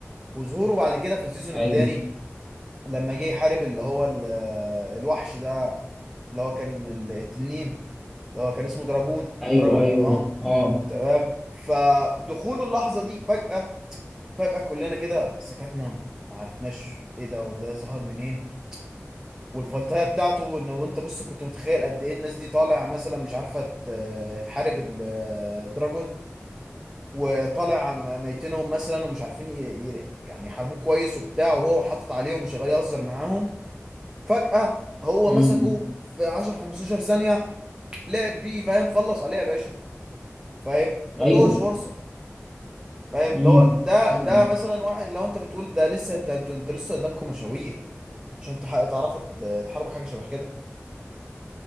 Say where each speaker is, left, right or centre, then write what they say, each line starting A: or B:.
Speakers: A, on the right; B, in the centre.
A: وظهوره بعد كده في السيزون
B: ايوه
A: التاني لما جه يحارب اللي هو ال- الوحش ده اللي هو كان التنين اللي هو كان اسمه دراجون
B: ايوه
A: دراجون
B: ايوه
A: اه
B: اه
A: تمام فدخول اللحظة دي فجأة فجأة كلنا كده سكتنا ما عرفناش ايه ده هو ده ظهر منين والفايتاية بتاعته ان انت بص كنت متخيل قد ايه الناس دي طالع مثلا مش عارفة ت- تحارب الدراجون وطالع م- ميتينهم مثلا ومش عارفين ي- ي- يعني يحاربوه كويس وبتاع وهو حاطط عليهم وشغال يهزر معاهم فجأة هو
B: امم
A: مسكه في 10 15 ثانية لعب بيه فاهم خلص عليه يا باشا فاهم ما
B: ايوه
A: ادوش فرصة فاهم اللي
B: امم
A: هو ده
B: فعلا
A: ده مثلا واحد لو انت بتقول ده لسه انت انت, انت لسه قدامكم مشاوير عشان تح- تعرفوا ت- تحاربوا حاجه شبه كده